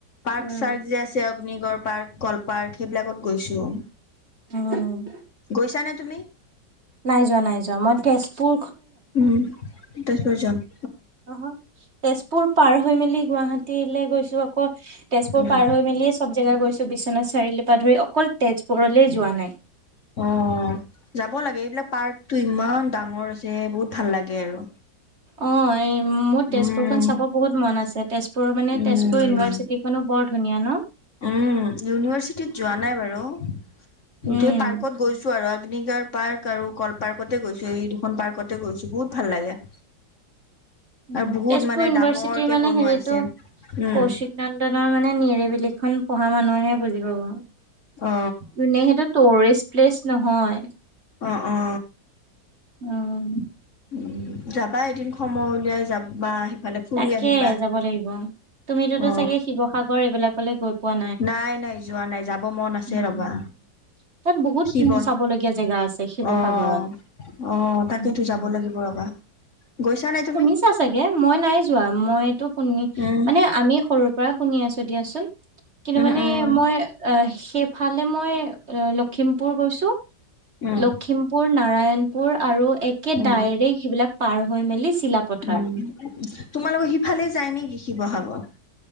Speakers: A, on the left; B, on the right.
A: পাৰ্ক
B: উম।
A: চাৰ্ক যে আছে অগ্নিগড় পাৰ্ক কল পাৰ্ক সেইবিলাকত গৈছো
B: উম
A: গৈছা নে তুমি
B: নাই যোৱা নাই যোৱা মই তেজপুৰ
A: উম তেছপুৰ যাম
B: অ তেজপুৰ পাৰ হৈ মেলি গুৱাহাটী <unintelligible> তিলে গৈছো আকৌ তেজপুৰ
A: উম,
B: পাৰ হৈ মেলিয়ে চব জেগা গৈছো বিশ বিশ্বনাথ চাৰিআলি পৰা ধৰি অকল তেজপুৰলেই যোৱা নাই
A: অ যাব লাগে এইবিলাক পাৰ্ক টো ইমান ডাঙৰ আছে বহুত ভাল লাগে গে আৰু
B: অ এই মোৰ তেজপুৰখন
A: উম,
B: চাব বহুত মন আছে তেজপুৰৰ মানে
A: উম,
B: তেজপুৰ ইউনিভাৰ্চিটিখনো বৰ ধুনীয়া ন
A: উম ইউনিভাৰ্চিটিত যোৱা নাই বাৰু কিন্তু
B: উম
A: এই পাৰ্কত গৈছো আৰু আ অগ্নিগড় পাৰ্ক আৰু কল পাৰ্কতে গৈছো এই দুখন পাৰ্কতে গৈছো বহুত ভাল লাগে।
B: উ
A: আৰু বহুত
B: তেজপুৰ
A: মানে
B: ইউনিভাৰ্চিটিৰ
A: ডাঙৰকে
B: মানে
A: বনোৱা
B: হেৰিতটো,
A: হৈছে। উম,
B: কৌশিক নন্দনৰ মানে নিৰিবিল খন পঢ়া মানুহেহে বুজি পাব,
A: অ,
B: যোনে সেইটো টুৰিষ্ট প্লেচ নহয়।
A: আহ অ।
B: উম।
A: উ যাবা এদিন সময় উলিয়াই যাবা সিফালে ফুৰি
B: তাকে
A: আহিবা।
B: যাব লাগিব তুমিতোতো
A: অ,
B: চাগে শিৱসাগৰ এইবিলাকলৈ গৈ পোৱা
A: নাই নাই যোৱা নাই যাব মন আছে
B: উম,
A: ৰবা।
B: তাত বহুত
A: শিৱত,
B: উম, চাবলগীয়া জেগা আছে শিৱসাগৰত।
A: আহ আহ, তাকেইতো
B: উম।
A: যাব লাগিব ৰবা। <inaudible> তুমি
B: শুনিছা চাগে মই নাই যোৱা, মইটো শুনি
A: উম
B: মানে আমি সৰু পৰা শুনি আছো। দিয়াচোন, কিন্তু
A: উম
B: মানে
A: উম
B: মই আহ সেইফালে মই। অ লখিমপুৰ গৈছো,
A: উম
B: লখিমপুৰ নাৰায়ণপুৰ আৰু। একে
A: উম উম
B: ডাইৰেক্ সেইবিলাক পাৰ হৈ মেলি। চিলাপথাৰ।
A: তোমালোকৰ সিফালে যায় নেকি শিৱসাগৰ।